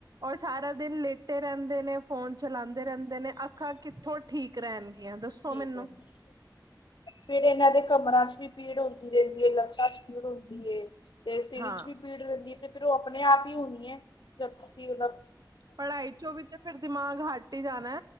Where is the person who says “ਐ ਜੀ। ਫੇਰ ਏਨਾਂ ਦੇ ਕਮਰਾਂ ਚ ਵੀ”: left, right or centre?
Left